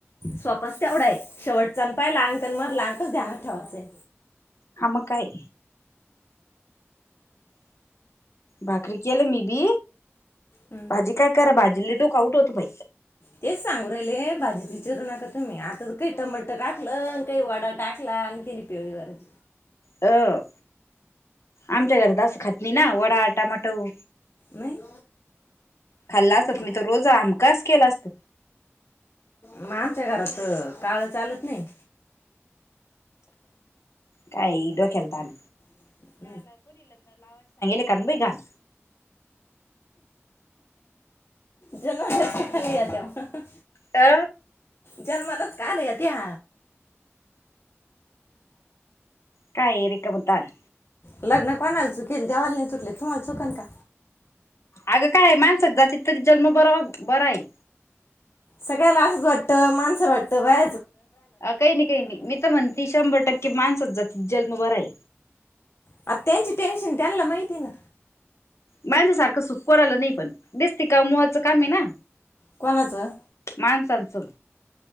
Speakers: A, on the left (about 60°); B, on the left (about 75°).
A: सोपाच तेवढा आहे शेवटचा अन पहिला अन मधला अंकच ध्यानात ठेवाचंय
B: हा मग काय भाकरी कल्या मी बी
A: हम्म
B: भाजी काय करा भाजीला डोक आऊठ होत मा
A: तेच सांगू राहिले हे भाजी च चिरू नका तुम्ही आता काही टमाटर टाकलं काही वडा टाकला <unintelligible>
B: हं आमच्या घरात असं खात नाही ना वडा टमाटव
A: नाही
B: खाल्ला असतात
A: मग
B: मी तर रोज आमकाच केला असत
A: मग आमच्या घरात काळ चालत नाही
B: काय डोक्याला तान.
A: <unintelligible>
B: का बाई घाण
A: जन्मालाच कशाला येत्या म.
B: अ.
A: जन्मालाच काला येत्या.
B: काय रीकम तान.
A: लग्न कोणाला चुकेले देवाला नाही चुकले त तुम्हाला चुकन का?
B: अगं काय मानसाच्या जातीत तरी जन्म बरो बराये.
A: सगळ्याला असंच वाटतं माणस वाटतं बा
B: अ काही नाही काही नाही मी त म्हणती शंभर टक्के माणसच जातीचा जन्म बराय.
A: आ त्यांची टेन्शन त्यांना माहिती ना.
B: माणसा सारखं सुख कोणाला नाही पण, नीस ति कमवायच कामे ना
A: कोणाचं
B: माणसां च